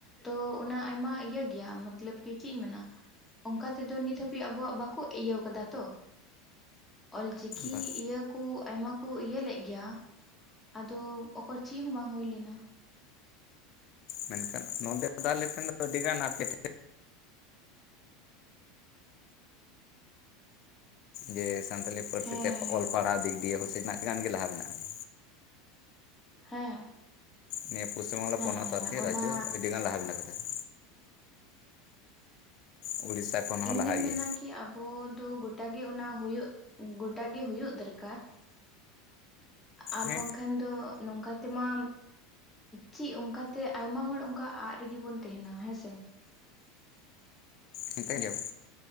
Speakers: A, on the left (about 15°); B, on the left (about 55°).
A: ᱛᱚ ᱚᱱᱟ ᱟᱭᱢᱟ ᱤᱭᱟᱹ ᱜᱮᱭᱟ ᱢᱚᱛᱞᱚᱵ ᱠᱤ ᱪᱮᱫ ᱤᱧ ᱢᱮᱱᱟ ᱚᱱᱠᱟ ᱛᱮᱫᱚ ᱱᱤᱛ ᱦᱟᱹᱵᱤᱡ ᱟᱵᱚᱣᱟᱜ ᱵᱟᱠᱚ ᱤᱭᱟᱹᱣ ᱠᱟᱫᱟ ᱛᱚ ᱚᱞᱪᱤᱠᱤ
B: ᱵᱟ
A: ᱤᱭᱟᱹ ᱠᱚ ᱟᱭᱢᱟ ᱠᱚ ᱤᱭᱟᱹ ᱞᱮᱫ ᱜᱮᱭᱟ ᱟᱫᱚ ᱚᱠᱟ ᱪᱮᱫ ᱦᱚᱸ ᱵᱟᱝ ᱦᱩᱭ ᱞᱮᱱᱟ
B: ᱢᱮᱱᱠᱷᱟᱱ ᱱᱚᱸᱰᱮ ᱫᱚ ᱟᱞᱮ ᱴᱷᱮᱱ ᱫᱚ ᱟᱹᱰᱤᱜᱟᱱ ᱟᱯᱮ ᱴᱷᱮᱱ ᱡᱮ ᱥᱟᱱᱛᱟᱞᱤ ᱯᱟᱹᱨᱥᱤ
A: ᱦᱮᱸ
B: ᱛᱮ ᱚᱞ ᱯᱟᱲᱦᱟᱣ ᱫᱤᱠ ᱫᱤᱭᱮ ᱦᱚᱸ ᱥᱮ ᱜᱟᱱ ᱜᱮ ᱞᱟᱦᱟ ᱢᱮᱱᱟᱜᱼᱟ
A: ᱦᱮᱸ
B: ᱱᱤᱭᱟᱹ ᱯᱚᱥᱪᱤᱢ ᱵᱟᱝᱞᱟ
A: ᱦᱮᱸ
B: ᱯᱚᱱᱚᱛ ᱟᱨᱠᱤ
A: ᱚᱱᱟ
B: ᱨᱟᱡᱽᱡᱚ ᱟᱹᱰᱤ ᱜᱟᱱ ᱞᱟᱦᱟ ᱨᱮᱱᱟᱜ ᱠᱟᱛᱷᱟ ᱠᱟᱱᱟ ᱩᱲᱤᱥᱥᱟ ᱠᱷᱚᱱ ᱦᱚᱸ
A: ᱤᱧ
B: ᱞᱟᱦᱟ
A: ᱫᱩᱧ
B: ᱜᱮᱭᱟ
A: ᱢᱮᱱᱟ ᱠᱤ ᱟᱵᱚ ᱫᱚ ᱜᱚᱴᱟ ᱜᱮ ᱚᱱᱟ ᱦᱩᱭᱩᱜ ᱜᱚᱴᱟ ᱜᱮ ᱦᱩᱭᱩᱜ ᱫᱚᱨᱠᱟᱨ ᱟᱨ
B: ᱦᱮᱸ
A: ᱵᱟᱝᱠᱷᱟᱱ ᱫᱚ ᱱᱚᱝᱠᱟ ᱛᱮᱢᱟ ᱪᱮᱫ ᱚᱝᱠᱟᱛᱮ ᱟᱭᱢᱟ ᱦᱚᱲ ᱚᱝᱠᱟ ᱟᱜ ᱨᱮᱜᱮ ᱵᱚᱱ ᱛᱟᱦᱮᱱᱟ ᱦᱮᱸᱥᱮ
B: ᱱᱤᱛᱟᱹ ᱜᱮᱭᱟᱵᱚᱱ